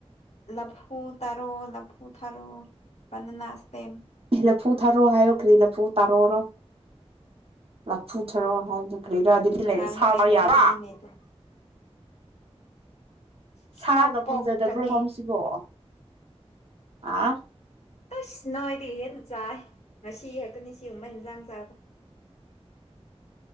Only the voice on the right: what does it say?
ꯂꯐꯨ ꯊꯥꯔꯣ ꯍꯥꯏꯌꯣ ꯀꯔꯤ ꯂꯐꯨ ꯇꯥꯔꯣꯔꯣ ꯂꯐꯨ ꯊꯥꯔꯣ ꯍꯥꯏꯕꯗꯤ ꯀꯔꯤꯔꯥ ꯑꯗꯨꯗꯤ ꯂꯩꯔꯦ
ꯁꯥꯕ
ꯌꯥꯕ <unintelligible>
ꯁꯥꯒ
ꯐꯪꯖꯗꯕ꯭ꯔꯣ ꯁꯣꯝ ꯁꯤꯕꯣ ꯑ <unintelligible>